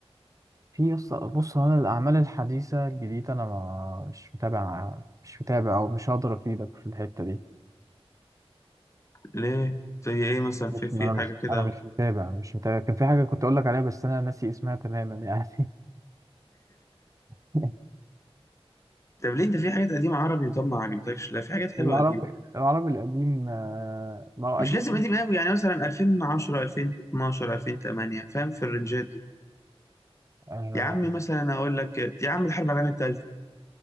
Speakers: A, on the right; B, on the left.
A: في يص- بص هو انا الاعمال الحديثه الجديده انا ما- مش متابع مش متابع او مش هقدر افيدك في الحته دي
B: ليه زي ايه مثلا
A: مش
B: في في
A: ما انا
B: حاجه
A: مش
B: كده
A: انا مش متابع
B: <laughs>
A: انا مش متابع كان في حاجه كنت اقول لك عليها بس انا ناسي اسمها تماما يعني <laughs>
B: طب ليه انت في حاجات قديمه عربي طب ما عجبتكش لا في حاجات حلوه
A: العربي
B: قديمه
A: العربي القديم آه، ما هو قديم
B: مش لازم قديم قوي يعني مثلا 2010 2012 2008 فاهم في الرنجات دي
A: آه،
B: يا عمي مثلا اقول لك يا عم الحرب العالميه الثالثه